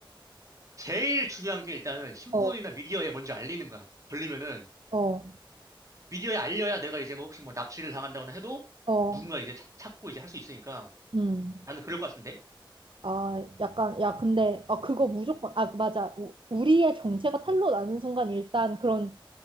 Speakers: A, on the right; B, on the right.
A: 제일 중요한 게 일단은 신문이나
B: 어,
A: 미디어에 먼저 알리는 거야. 걸리면은
B: 어,
A: 미디어에 알려야 내가 이제 뭐 혹시 뭐 납치를 당한다거나 해도
B: 어,
A: 누군가 이제 찾- 찾고 이제 할 수 있으니까
B: 음.
A: 나는 그럴 것 같은데?
B: 아, 약간, 야, 근데, 아, 그거 무조건, 아, 맞아. 우, 우리의 정체가 탄로 나는 순간 일단 그런